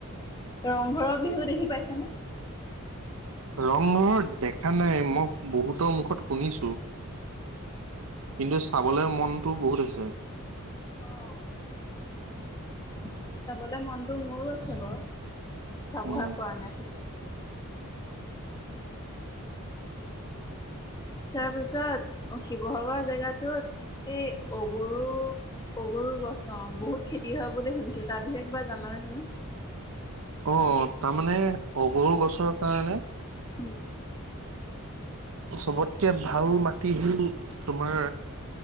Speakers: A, on the left (about 15°); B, on the right (about 65°).
A: ৰংঘৰৰ বিহু দেখি পাইছে নে?
B: ৰংঘৰৰ দেখা নাই, মই বহুতৰ মুখত শুনিছোঁ।
A: উম।
B: কিন্তু চাবলে মনটো বহুত আছে।
A: অ'। চাবলে মনটো মোৰো আছে বাৰু। চাবহে
B: উম
A: পৰা নাই খালি। তাৰপিছত শিৱসাগৰ জেগাটোত এই অগৰু অগৰুৰ গছ অ', বহুত খেতি হয় বুলি শুনিছো। তাৰ বিষয়ে কিবা জানানে তুমি?
B: অ', তাৰমানে অগৰু গছৰ কাৰণে
A: উম।
B: চবতকে ভাল মাটি হ'ল তোমাৰ